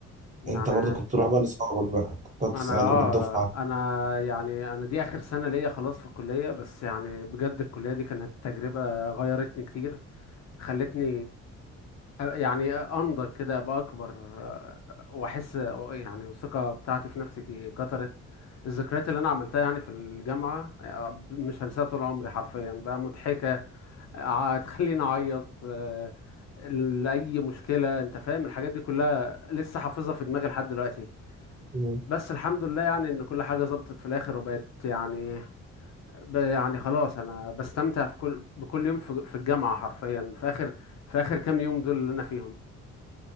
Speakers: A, on the left; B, on the right.
A: يعني
B: أنت برضو كنت تروح بقى لأصحابك بقى كنت تقعد تسأل
A: انا
B: على
A: اه
B: جروب الدفعة
A: انا يعني انا دي اخر سنة ليا خلاص في الكلية بس يعني بجد الكلية دي كانت تجربة غيرتني كتير خلتني يعني انضج كده ابقى اكبر واحس يعني الثقه بتاعتي في نفسي كترت الذكريات اللي انا عملتها يعني في الجامعه مش هنساها طول عمري حرفيا بقى مضحكه ع- تخليني اعيط آه، لاي مشكله انت فاهم الحاجات دي كلها لسه حافظها في دماغي لحد دلوقتي
B: مم.
A: بس الحمد لله يعني ان كل حاجه ظبطت في الاخر وبقت يعني ب- يعني خلاص انا بستمتع في كل بكل يوم في في الجامعه حرفيا في اخر في اخر كام يوم دول اللي انا فيهم